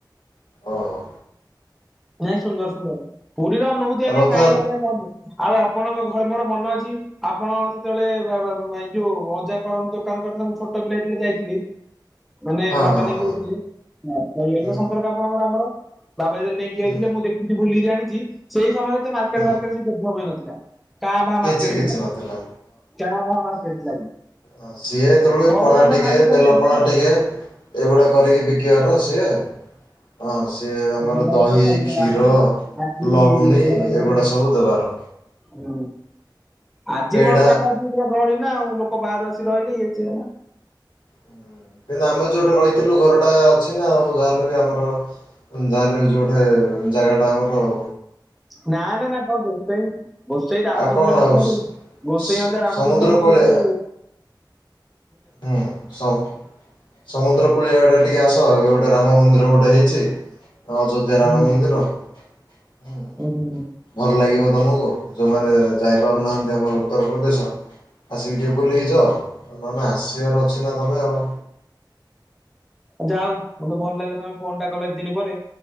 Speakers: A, on the left; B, in the centre.
A: ଓ ହୋ।
B: ନାଇଁ ସୁନ୍ଦର ସୁନ୍ଦର ପୁରୀର ଅନୁଭୁତି
A: ଆଉ
B: ଆଜ୍ଞା
A: ରଥ
B: କାହିଁକି ଆଜ୍ଞା କହନ୍ତୁ। ଆଉ ଆପଣଙ୍କ ଘରେ ମୋର ମନ ଅଛି। ଆପଣ ସେତେବେଳେ ଏଇ ଯୋଉ ଅଜା କରନ୍ତି ଦୋକାନ କରିଥିଲେ ମୁଁ ଛୋଟ ପିଲା ହେଇଥିଲି ଯାଇଥିଲି। <inaudible> ମାନେ
A: ହଁ
B: ବାବା
A: ହଁ
B: ନେଇକି
A: ହଁ
B: ଯାଇଥିଲେ। ହରି ଭାଇ
A: ହୁଁ
B: ଙ୍କ ସମ୍ପର୍କ ଆପଣଙ୍କର ଆମର ବାବା ଜେତେଳେ ନେଇକି କିଆଇଥିଲେ
A: ହୁଁ
B: ମୁଁ ଦେଖଛିି ଭୁଲି ଜାଣିଛି ସେଇ ସମୟରେ ମାର୍କେଟ
A: ହୁଁ
B: ଫାର୍କେଟ କିଛି ଡେଭଲପ ହେଇନଥିଲା। କାଁ ଭା
A: କିଛି
B: ମାର୍କେଟ
A: କିଛି
B: ଥିଲା। ଙ୍କା
A: ନଥିଲା
B: ଭା ମାର୍କେଟ ଥିଲା।
A: ହ ସିଏ ତେଳୁ
B: ବଡ
A: ପଣା
B: ଦାଣ୍ଡ
A: ଟିକେ
B: ଖାଲି ଖାଲି
A: ବେଲ
B: ଆଜ୍ଞା
A: ପଣା ଟିକେ ଏଗୁଡ଼ା କରିକି ବିକିବାରୁ ସିଏ। ହଁ ସିଏ ଆମର
B: ବଡ
A: ଦହି,
B: ଦାଣ୍ଡ ଖାଲି ଥିଲା
A: କ୍ଷୀର,
B: ଆଜି ଆଜି
A: ଲହୁଣୀ
B: ବଡ ଦାଣ୍ଡରେ
A: ଏଗୁଡା ସବୁ ଦେବାର।
B: ହୁଁ ଆଜି
A: ପେଡ଼ା
B: ବଡ ଦାଣ୍ଡ। ଥିଲା ଗଳି ନା ଆଉ ଲୋକ ବାହାରୁ ଆସି ରହିଲେ ଇଏ ସିଏ ହେଲା।
A: ହୁଁ, କିନ୍ତୁ ଆମେ ଯୋଉଠି ରହିଥିଲୁ ଘରଟା ଅଛି ନା ଆଉ ଯାହାେଲେ ବି ଆମର ଯାହେଲେ ବି ଯୁ ହେ ଜାଗା ଟା ଆମର ଆଉ।
B: ନା ନା ନା କଣ ଗୋଷେଇ ଗୋଷେଇ ରାମଚନ୍ଦ୍ର
A: ଆଉ କଣ
B: ମିଶ୍ର
A: ଆଉ ସ-
B: କ ଗୋସେଇଁ ଅଜା ରାମଚନ୍ଦ୍ର
A: ସମୁଦ୍ର
B: ମିଶ୍ର
A: କୂଳିଆ
B: କୁ
A: ହୁଁ ସମ୍ ସମୁଦ୍ର କୂଳିଆ ଆଡେ ଟିକେ ଆସ ଏବେ ଗୋଟେ ରାମ ମନ୍ଦିର ଗୋଟେ ହେଇଛି। ଅଯୋଧ୍ୟା ରାମ
B: ହୁଁ
A: ମନ୍ଦିର ହୁଁ।
B: ହୁଁ,
A: ଭଲ ଲାଗିବ ତମକୁ ଯୋଉମାନେ ଯାଇପାରୁନାହାନ୍ତି ଆମର ଉତ୍ତରପ୍ରଦେଶ। ଆସିକି ଟିକେ ବୁଲିକି ଯ ନନ୍ ଆସିବାର ଅଛି ନା ତମେ ଆଉ।
B: ଯା ହଉ ମତେ ଭଲ ଲାଗିଲା ତମେ ଫୋନ ଟା କଲେ ଏତେ ଦିନି ପରେ।